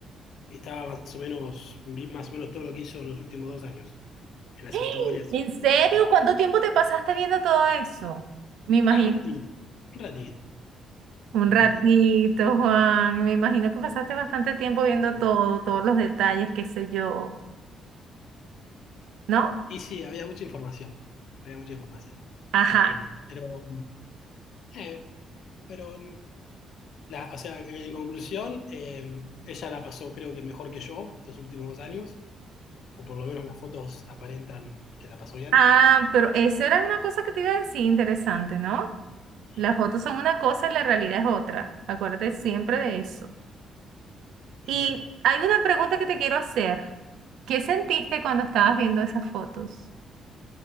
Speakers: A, on the left; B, on the right.
A: estaba más o menos, vi más o menos todo lo que hizo en los últimos dos años, en las
B: <gasps>
A: historias.
B: ¿En
A: y-
B: serio?
A: sí.
B: ¿Cuánto tiempo te pasaste viendo todo eso? Me imagino,
A: Ah, un ratito, un ratito,
B: un
A: un
B: ratito,
A: ratito.
B: Juan, me imagino que pasaste bastante tiempo viendo
A: sí.
B: todo, todos los detalles, qué sé yo, ¿no?
A: Y sí, había mucha información, había mucha información.
B: Ajá.
A: Eh, pero, eh, pero, la, o sea, en conclusión, eh, ella la pasó creo que mejor que yo estos últimos dos años. o por lo menos las fotos aparentan que la pasó bien,
B: Ah, pero eso era una cosa que te iba a decir, interesante, ¿no? Las
A: y,
B: fotos son una cosa y la realidad es otra. Acuérdate siempre de eso.
A: y
B: Y
A: sí.
B: hay una pregunta que te quiero hacer. ¿Qué sentiste cuando estabas viendo esas fotos?